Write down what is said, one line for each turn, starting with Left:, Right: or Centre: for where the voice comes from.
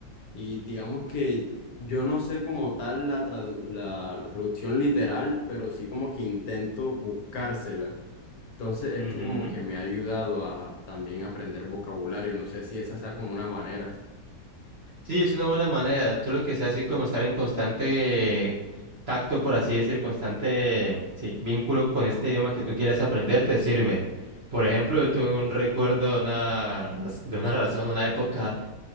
Left: Y digamos que yo no sé como tal la, tradu- la, la traducción literal, pero sí como que intento buscársela. Entonces esto
Right: ujú.
Left: como que me ha ayudado a también aprender vocabulario. No sé si esa sea como una manera.
Right: Sí, es una buena manera. Tú lo que sea así como estar en constante tacto, por así decir, constante, sí, vínculo con este idioma que tú quieres aprender, te sirve. Por ejemplo, yo tuve un recuerdo de una, raz- de una razón, una época